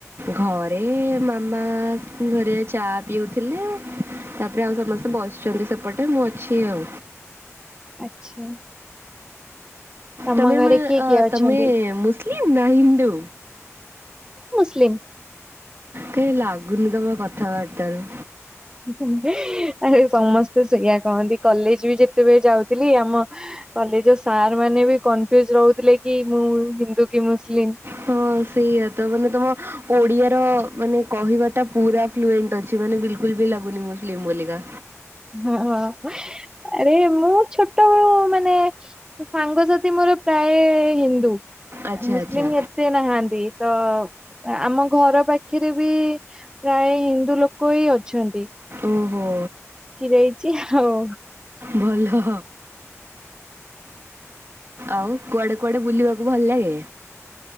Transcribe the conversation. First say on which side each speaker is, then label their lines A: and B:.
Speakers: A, on the right; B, on the right.
A: ଘରେ ମାମା ଘରିଆ ଚା ପିଉଥିଲେ। ତା ପରେ ଆଉ ସମସ୍ତେ ବସିଚନ୍ତି ସେପଟେ ମୁଁ ଅଛି ଆଉ।
B: ଆଚ୍ଛା। ତମ
A: ତମେ
B: ଘରେ
A: ମମ୍
B: କିଏ
A: ଆ
B: କିଏ ଅଛନ୍ତି
A: ତମେ ମୁସଲିମ୍ ନା ହିନ୍ଦୁ?
B: ସ୍ଲିମ୍
A: କାହିଁ ଲାଗୁନି ତମ କଥାବାର୍ତ୍ତାରୁ।
B: <unintelligible> ଆରେ ସମସ୍ତେ ସେଇଆ କହନ୍ତି। କଲେଜ ବି ଯେତେବେଳେ ଯାଉଥିଲି ଆମ କଲେଜର ସାର୍ ମାନେ ମେ ବି କନଫ୍ୟୁଜ୍ ରହୁଥିଲେ କି ମୁଁ ହିନ୍ଦୁ କି ମୁସଲିମ୍।
A: ହଁ ସେଇଆ ତ ମାନେ ତମ ଓଡିଆର ମାନେ କହିବା ଟା ପୁରା ଫ୍ଲୁଏଣ୍ଟ ଅଛି। ମାନେ ବିଲକୁଲ ବି ଲାଗୁନି ମୁସଲିମ୍ ବୋଲି କା।
B: ହଁ ଆରେ ମୁଁ ଛୋଟବେଳୁ ମାନେ ସାଙ୍ଗସାଥି ମୋର ପ୍ରାୟ ହିନ୍ଦୁ।
A: ଆଚ୍ଛା
B: ମୁସଲିମ୍
A: ଆଚ୍ଛା
B: ଏତେ ନାହାନ୍ତି। ତ ଆମ ଘର ପାଖରେ ବି ପ୍ରାୟ ହିନ୍ଦୁ ଲୋକ ଇ ଅଛନ୍ତି।
A: ଓଃହୋ।
B: ଦେଇଚି ହାଉ
A: ଭଲ। ଆଉ କୁଆଡେ କୁଆଡେ ବୁଲିବାକୁ ଭଲ ଲାଗେ?